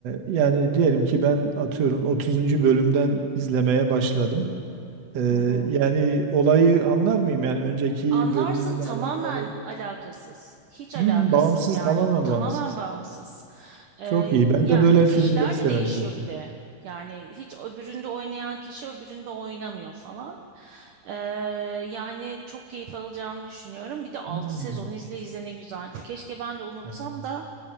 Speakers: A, on the right (about 55°); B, on the right (about 70°).
A: yani diyelim ki ben atıyorum 30. bölümden izlemeye başladım. E,
B: Hı hı.
A: yani olayı anlar mıyım? Yani önceki
B: Anlarsın
A: bölümlerle
B: tamamen
A: alakalı
B: alakasız. Hiç alakasız
A: Hmm, bağımsız
B: yani.
A: tamamen
B: Tamamen
A: bağımsız.
B: bağımsız. Ee,
A: Çok iyi. Ben
B: yani
A: de böyle
B: kişiler
A: filmleri severim
B: de değişiyor
A: zaten.
B: bir de. Yani hiç öbüründe oynayan kişi öbüründe oynamıyor falan. Ee, yani çok keyif alacağını düşünüyorum. Bir de altı
A: Hmm,
B: sezon izle izle ne güzel. Keşke ben de unutsam
A: yani
B: da